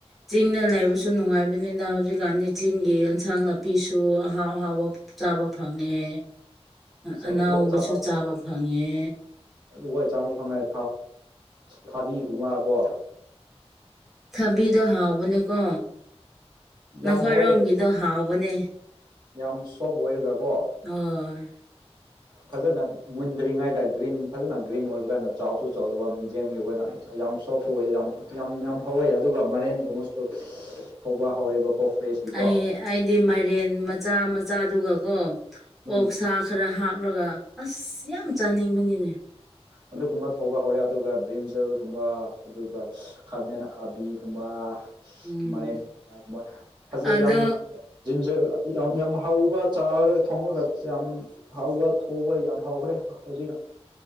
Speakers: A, in the centre; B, on the right.
A: ꯆꯤꯡꯗ ꯂꯩꯕꯁꯨ ꯅꯨꯡꯉꯥꯏꯕꯅꯤꯗ ꯍꯧꯖꯤꯛꯀꯥꯟꯗꯤ ꯆꯤꯡꯒꯤ ꯑꯦꯟꯁꯥꯡ ꯅꯥꯄꯤ ꯅꯥꯄꯤꯁꯨ ꯑꯍꯥꯎ ꯑꯍꯥꯎꯕ ꯆꯥꯕ ꯐꯪꯉꯦ
B: ꯆꯥꯗ
A: ꯑꯅꯥꯎꯕꯁꯨ ꯆꯥꯕ ꯐꯪꯉꯦ
B: ꯐꯣꯏ ꯆꯥꯗ ꯐꯪꯉꯥꯏ ꯊꯥꯕꯤꯒꯨꯝꯕꯀꯣ
A: ꯊꯕꯤꯗꯣ ꯍꯥꯎꯕꯅꯦꯀꯣ ꯅꯈꯣꯏꯔꯣꯝꯒꯤꯗꯣ
B: ꯌꯥꯝ ꯍꯥꯎꯋꯦ
A: ꯍꯥꯎꯕ ꯑꯣꯅꯦ
B: ꯌꯥꯝ ꯁꯣꯐ ꯑꯣꯏꯔꯒꯀꯣ
A: ꯍꯣꯏ
B: ꯐꯖꯅ ꯃꯨꯟꯗ꯭ꯔꯤꯉꯩꯗ ꯒ꯭ꯔꯤꯟ ꯐꯖꯅ ꯒ꯭ꯔꯤꯟ ꯑꯣꯏꯕ ꯀꯥꯟꯗ ꯆꯥꯎꯁꯨ ꯆꯥꯎꯗꯕ ꯃꯤꯗꯤꯌꯝ ꯑꯣꯏꯅ ꯌꯥꯝ ꯁꯣꯞ ꯑꯣꯢ ꯌꯥꯝ ꯌꯥꯝ ꯌꯥꯝ ꯍꯧꯋꯦ ꯑꯗꯨꯒ ꯃꯔꯦꯟꯒꯨꯝꯕꯁꯨ ꯊꯧꯕ ꯍꯧꯔꯦꯕꯀꯣ ꯐ꯭ꯔꯦꯁꯀꯤꯀꯣ
A: ꯑꯩ ꯑꯩꯗꯤ ꯃꯥꯏꯔꯦꯟ ꯃꯆꯥ ꯃꯆꯥꯗꯨꯒꯀꯣ
B: ꯎꯝ
A: ꯑꯣꯛ ꯁꯥ ꯈꯔ ꯍꯥꯞ ꯄꯨꯔꯒ ꯑꯁ ꯌꯥꯝ ꯆꯥꯅꯤꯡꯕꯅꯤꯅꯦ
B: ꯑꯗꯨꯒꯨꯝꯕ ꯊꯧꯕ ꯍꯧꯔꯦ ꯑꯗꯨꯒ ꯕ꯭ꯔꯤꯟꯖꯜꯒꯨꯝꯕ ꯑꯗꯨꯒ ꯈꯃꯦꯟ ꯑꯈꯥꯕꯤ ꯀꯨꯝꯕ
A: ꯎꯝ
B: ꯃꯔꯦꯟ ꯃꯆꯥ ꯒꯨꯝꯕ ꯐꯖ
A: ꯑꯗꯣ
B: ꯌꯥꯝ ꯖꯤꯟꯖꯔ ꯌꯥꯝ ꯌꯥꯝ ꯍꯥꯎꯕ ꯆꯥꯔꯒ ꯊꯣꯡꯉꯒ ꯌꯥꯝ ꯍꯥꯎꯕ ꯊꯧꯕ ꯌꯥꯝ ꯍꯥꯎꯈ꯭ꯔꯦ ꯑꯧꯍꯧꯖꯤꯛꯅ